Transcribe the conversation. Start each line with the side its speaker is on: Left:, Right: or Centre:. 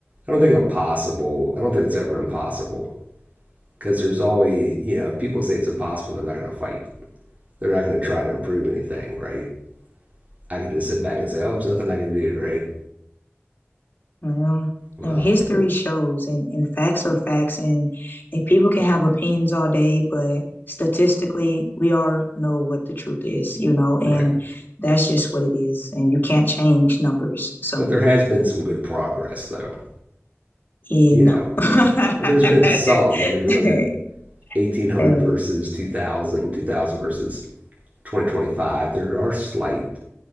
Right: I don't think impossible. I don't think it's ever impossible because there's always you know if people say it's impossible, they're not going to fight. They're not going to try to improve anything, right? I could just sit back and say, oh, there's nothing I can do, right?
Left: Well,
Right: Well,
Left: um, history shows, and, and facts are facts, and, and people can have opinions all day, but statistically, we all know what the truth is, you know, and
Right: right.
Left: that's just what it is, and you can't change numbers, so
Right: But there has been some good progress, though.
Left: yeah,
Right: You
Left: no.
Right: know,
Left: <laughs>
Right: there's been some. I mean, if you look at 1800
Left: Uh,
Right: versus 2000, 2000 versus 2025. There are slight,